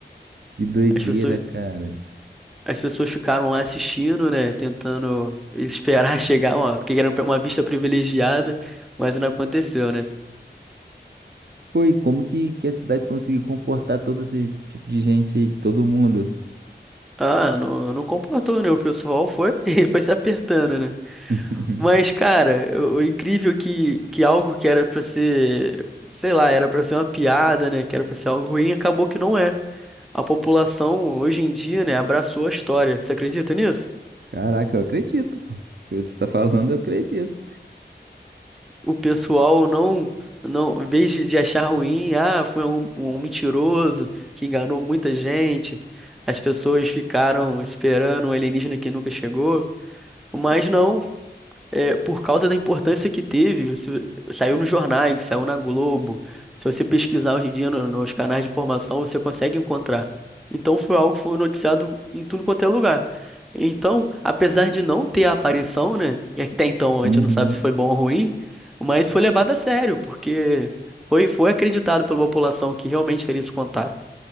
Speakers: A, on the right; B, in the centre.
A: que doideira,
B: as pessoas,
A: cara.
B: as pessoas ficaram lá assistindo, né? Tentando esperar <laughs> chegar, uma, porque era uma vista privilegiada, mas não aconteceu, né?
A: Foi como que, que a cidade conseguiu comportar todo esse tipo de gente aí, de todo mundo?
B: Ah, não, não comportou, né? O pessoal foi, <laughs> foi se apertando, né?
A: <laughs>
B: Mas, cara, o, o incrível é que, que algo que era pra ser, sei lá, era pra ser uma piada, né? Que era pra ser algo ruim, acabou que não é. A população, hoje em dia, né, abraçou a história. Você acredita nisso?
A: Caraca, eu acredito, pô. Se você tá falando, eu acredito.
B: O pessoal não, não, em vez de, de achar ruim, ah, foi um, um mentiroso que enganou muita gente. As pessoas ficaram esperando um alienígena que nunca chegou. Mas não. é, por causa da importância que teve, isso saiu nos jornais, saiu na Globo. Se você pesquisar hoje em dia no- nos canais de informação, você consegue encontrar. Então foi algo que foi noticiado em tudo quanto é lugar. Então, apesar de não ter a aparição, né? E até então
A: Uhum,
B: a gente não sabe se foi bom ou ruim, mas foi levado a sério, porque foi, foi acreditado pela população que realmente teria esse contato.